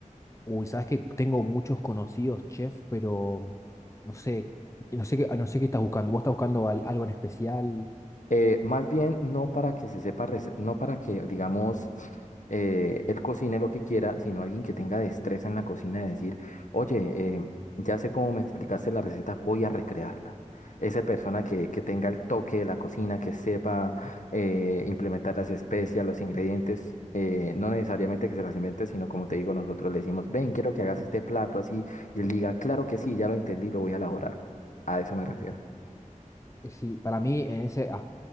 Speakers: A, on the left; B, on the left.
A: Uy, sabes que tengo muchos conocidos chefs, pero no sé, no sé qué, ah, no sé qué estás buscando. ¿Vos estás buscando al- algo en especial?
B: Eh, más bien, no para que se sepa, rece- no para que, digamos, eh, él cocine lo que quiera, sino alguien que tenga destreza en la cocina de decir, oye, eh, ya sé cómo me explicaste la receta, voy a recrearla. Esa persona que, que tenga el toque de la cocina, que sepa eh, implementar las especias, los ingredientes, eh, no necesariamente que se las invente, sino como te digo, nosotros le decimos, ven, quiero que hagas este plato así, y él diga, claro que sí, ya lo entendí, lo voy a elaborar. A eso me refiero.
A: Ujú. Eh, Sí, para mí en ese, as-